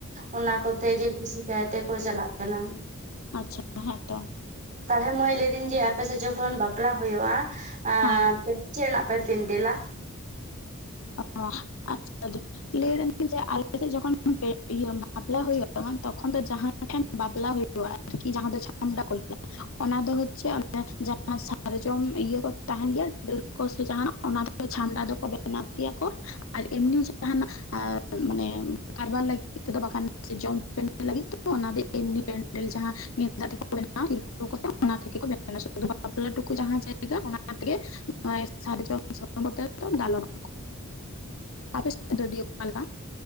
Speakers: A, on the right; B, on the left.
A: ᱚᱱᱟ ᱠᱚᱛᱮ ᱜᱮ ᱵᱮᱥᱤ ᱠᱟᱭᱛᱮ ᱠᱚ ᱪᱟᱞᱟᱜ ᱠᱟᱱᱟ
B: ᱟᱪᱪᱷᱟ ᱦᱮᱸ ᱛᱚ
A: ᱛᱟᱞᱦᱮ ᱢᱟᱹᱭ ᱞᱟᱹᱭ ᱫᱤᱧ ᱡᱮ ᱟᱯᱮ ᱥᱮᱫ ᱡᱚᱠᱷᱚᱱ ᱵᱟᱯᱞᱟ ᱦᱩᱭᱩᱜ-ᱟ
B: ᱦᱮᱸ
A: ᱟᱯᱮ ᱪᱮᱫ ᱨᱮᱱᱟᱜ ᱯᱮ ᱯᱮᱱᱰᱮᱞᱟ
B: ᱚ ᱟᱪᱪᱷᱟ ᱫᱤ ᱞᱟᱹᱭ ᱫᱟᱞᱤᱧ ᱡᱮ ᱟᱞᱮᱥᱮᱫ ᱡᱚᱠᱷᱚᱱ <unintelligible> ᱵᱟᱯᱞᱟ ᱦᱩᱭᱩᱜ-ᱟ ᱛᱚᱠᱷᱚᱱ ᱫᱚ ᱡᱟᱦᱟᱸ <inaudible> ᱟᱞᱮ ᱴᱷᱮᱱ ᱵᱟᱯᱞᱟ ᱦᱩᱭᱩᱜᱼᱟ ᱟᱨᱠᱤ ᱡᱟᱦᱟᱸ ᱫᱚ ᱪᱷᱟᱢᱰᱟ ᱠᱚ ᱞᱟ. ᱭ-ᱟ ᱚᱱᱟ ᱫᱚ ᱦᱚᱪᱪᱷᱮ <inaudible> ᱦᱮ ᱡᱟᱦᱟᱸ ᱥᱟᱨᱡᱚᱢ ᱤᱭᱟᱹ ᱠᱚ ᱛᱟᱦᱮᱱ ᱜᱮᱭᱟ ᱰᱟᱹᱨ ᱠᱚ ᱥᱮ ᱡᱟᱦᱟᱸ ᱱᱟᱜ ᱚᱱᱟ ᱜᱮ ᱪᱷᱟᱢᱰᱟ ᱫᱚᱠᱚ ᱵᱮᱱᱟᱣ ᱵᱮᱱᱟᱣ ᱜᱮᱭᱟ ᱠᱚ ᱟᱨ ᱮᱢᱱᱤ ᱡᱟᱦᱟᱱᱟᱜ ᱟᱨ ᱢᱟᱱᱮ ᱠᱟᱨᱵᱟᱨ ᱞᱟᱹᱜᱤᱫ ᱛᱮᱫᱚ ᱵᱟᱠᱷᱟᱱ ᱥᱮ ᱡᱚᱢ ᱞᱟᱹᱜᱤᱫ ᱛᱮᱫᱚ ᱚᱱᱟ ᱜᱮ ᱮᱢᱱᱤ ᱯᱮᱱᱰᱮᱞ ᱡᱟᱦᱟᱸ ᱜᱮᱱᱫᱟᱜ ᱛᱮᱠᱚ ᱵᱮᱱᱟᱣ-ᱟ ᱛᱤᱨᱯᱚᱞ ᱠᱚᱛᱮ ᱚᱱᱟ ᱛᱷᱮᱠᱮ ᱠᱚ ᱵᱮᱱᱟ <inaudible> ᱵᱟᱯᱞᱟ ᱴᱩᱠᱩ ᱡᱟᱦᱟᱸ ᱡᱟᱭᱜᱟ ᱚᱱᱟ ᱛᱮᱜᱮ ᱚᱱᱮ ᱥᱟᱨᱡᱚᱢ ᱥᱟᱠᱟᱢ ᱠᱚᱛᱮ ᱫᱟᱞᱟᱵ ᱟᱠᱚ ᱟᱯᱮ ᱥᱮᱫ ᱫᱚ ᱫᱤ ᱚᱠᱟ ᱞᱮᱠᱟ